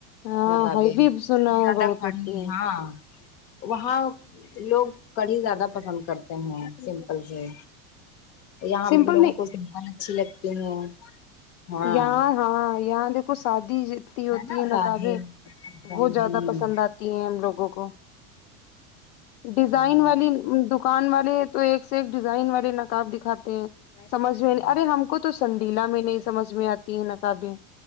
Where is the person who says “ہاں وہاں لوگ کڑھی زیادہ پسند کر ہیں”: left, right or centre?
Left